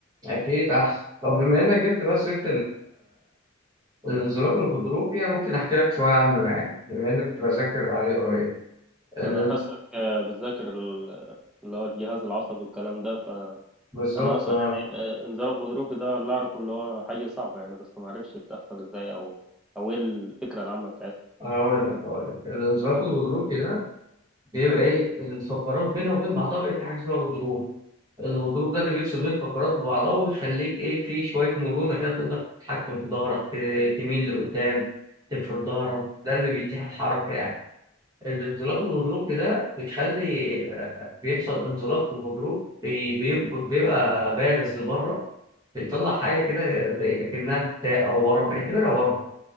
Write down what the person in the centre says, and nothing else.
وانا حاسك آه، بتذاكر ال- اللي هو الجهاز العصبي والكلام ده
انا اصلا
يعني آه، انزال الغضروفي ده اللي اعرفه اللي هو حاجه صعبه يعني بس ما اعرفش بتحصل ازاي او او ايه الفكره العامه بتاعتها